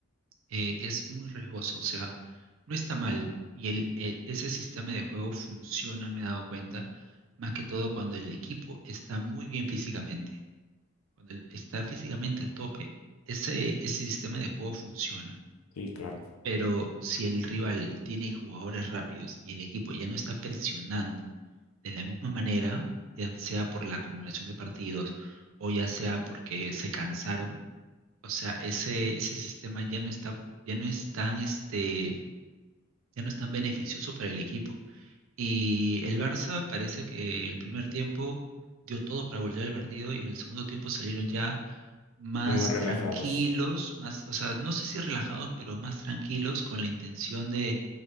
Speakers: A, on the right (about 70°); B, on the left (about 90°).
A: eh, es muy riesgoso. O sea, no está mal. Y el, el- ese sistema de juego funciona, me he dado cuenta, más que todo cuando el equipo está muy bien físicamente. Cuando el- está físicamente a tope, ese, ese sistema de juego funciona.
B: Sí, claro,
A: Pero si el rival tiene jugadores rápidos y el equipo ya no está presionando de la misma manera, ya sea por la acumulación de partidos o ya sea porque se cansaron, o sea, ese, ese sistema ya no está, ya no es tan, este, ya no es tan beneficioso para el equipo. Y el Barça parece que el primer tiempo dio todo para volver el partido y en el segundo tiempo salieron ya más
B: muy relajados.
A: tranquilos, más, o sea, no sé si relajados, pero más tranquilos con la intención de